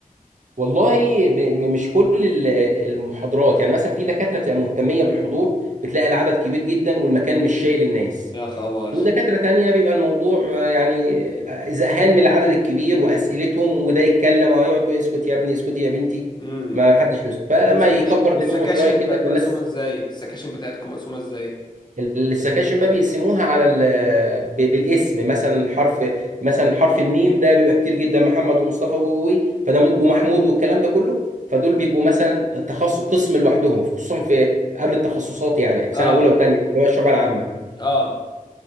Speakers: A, on the right; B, on the left.
A: والله ب- م- مش كل ال- المحاضرات يعني مثلا في دكاترة بتبقى مهتمية بالحضور بتلاقي العدد كبير جدا والمكان مش شايل الناس
B: يا خبر
A: ودكاترة تانية بيبقى الموضوع آه، يعني آه، زهقان من العدد الكبير وأسئلتهم وده يتكلم وهيقعد بيقول اسكت يا ابني اسكت يا بنتي
B: امم
A: ما حدش بيسكت فلما
B: والسكاشن
A: يكبر دماغه
B: والسكاشن
A: شوية كده
B: كانت مقسومه
A: فالناس
B: ازاي السكاشن بتاعتكم مقسومه ازاي
A: السكاشن بقى بيقسموها على ال... ب- بالاسم مثلا حرف مثلا حرف الميم ده بيبقى كتير جدا محمد ومصطفى و و- فده ممكن ومحمود والكلام ده كله فدول بيبقوا مثلا تخصص قسم لوحدهم خصوصا في قبل التخصصات يعني في
B: اه
A: سنه اولى وثانيه اللي هو الشعب العامه
B: اه